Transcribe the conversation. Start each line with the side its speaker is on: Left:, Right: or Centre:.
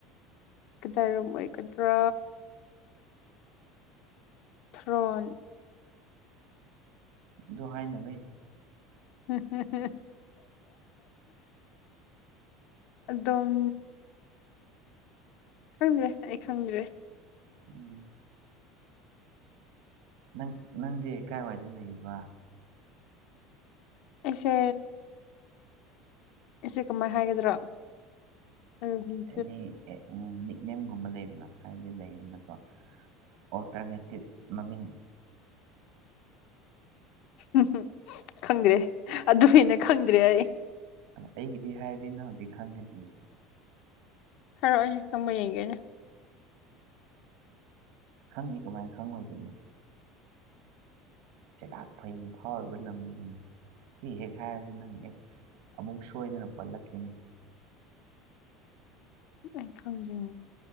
Left: ꯀꯗꯥꯏꯔꯨꯝ ꯑꯣꯏꯒꯗ꯭ꯔꯥ ꯊ꯭ꯔꯣꯟ
Right: ꯗꯨꯍꯥꯏ ꯅꯚ
Left: ꯎꯝ ꯎꯝ ꯑꯗꯨꯝ ꯈꯪꯗ꯭ꯔꯦ ꯑꯩ ꯈꯪꯗ꯭ꯔꯦ
Right: ꯎꯝ ꯅꯪ ꯅꯪꯗꯤ ꯀꯥꯏꯋꯥꯏꯗ ꯂꯩꯕ
Left: ꯑꯦꯁꯦ ꯑꯦꯁꯦ ꯀꯃꯥꯏ ꯍꯥꯏꯒꯗ꯭ꯔꯣ ꯑꯩ
Right: ꯑꯦꯅꯤ ꯅꯤꯛꯅꯦꯦꯝꯒꯨꯝꯕ ꯂꯩꯕ꯭ꯔꯥ ꯍꯥꯏꯕꯗꯤ ꯂꯩꯗꯅꯀꯣ ꯑꯣ ꯇꯅꯦ ꯃꯃꯤ
Left: ꯎꯝ ꯈꯪꯗ꯭ꯔꯦ ꯑꯗꯨꯃꯅ ꯈꯪꯗ꯭ꯔꯦ ꯑꯩ
Right: ꯑꯩꯒꯤꯗꯤ ꯍꯥꯏꯔꯗꯤ ꯅ ꯍꯧꯖꯤꯛ ꯈꯪꯒꯅꯤ
Left: ꯐꯔꯛꯑꯣꯅꯦ ꯈꯪꯕ ꯌꯦꯡꯒꯦꯅꯦ
Right: ꯈꯪꯅꯤ ꯀꯃꯥꯏꯅ ꯈꯪꯉꯣꯏꯁꯤꯣꯏꯅꯣ ꯆꯦꯒꯥꯛ ꯐꯩꯅ ꯐꯥꯎꯔꯤꯕ ꯂꯝꯁꯤꯅꯤ ꯐꯤ ꯍꯦꯛ ꯍꯥꯏꯔꯕ ꯅꯪ ꯍꯦꯛ ꯑꯃꯨꯛ ꯁꯣꯏꯗꯅ ꯄꯜꯂꯛꯈꯤꯅꯤ
Left: ꯑꯩ ꯈꯪꯗꯦꯕ